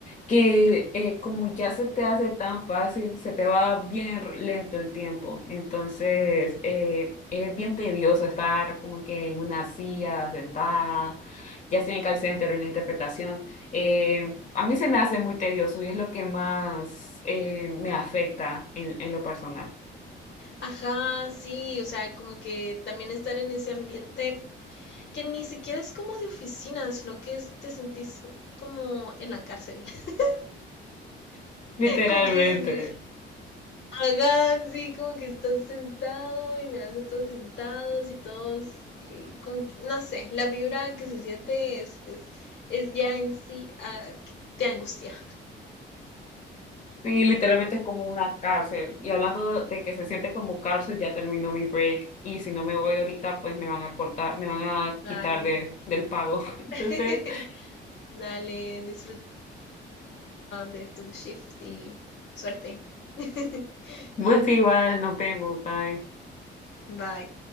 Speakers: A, on the left; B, on the left.
A: que eh, como ya se te hace tan fácil, se te va bien r- lento el tiempo. Entonces, eh, es bien tedioso estar como que en una silla sentada, ya sea en call center o en la interpretación. Eh, a mí se me hace muy tedioso y es lo que más eh, me afecta en, en lo personal,
B: Ajá, sí, o sea, como que también estar en ese ambiente que ni siquiera es como de oficina, sino que es- te sentís como en la cárcel, <laughs>
A: <laughs> literalmente.
B: como que Ajá, sí, como que estás sentado y miras a todos sentados y todos, y como que- no sé, la vibra que se siente es, es, es ya en sí, ah, que te angustia.
A: Sí, literalmente es como una cárcel. Y hablando de que se siente como cárcel, ya terminó mi break. Y si no me voy ahorita, pues me van a cortar, me van a
B: Dale,
A: quitar de, del pago. <laughs> Entonces,
B: <laughs> dale, disfruta de tu shift y suerte. <laughs>
A: pues igual, nos vemos, bye.
B: Bye.